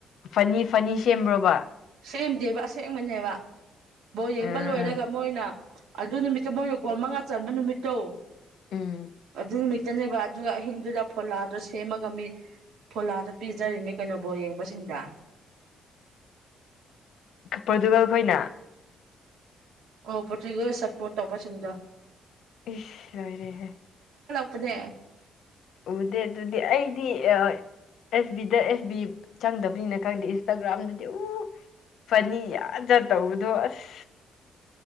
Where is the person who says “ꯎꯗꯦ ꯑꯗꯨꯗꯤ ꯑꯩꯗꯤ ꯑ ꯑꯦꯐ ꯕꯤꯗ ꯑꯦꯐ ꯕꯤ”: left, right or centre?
Left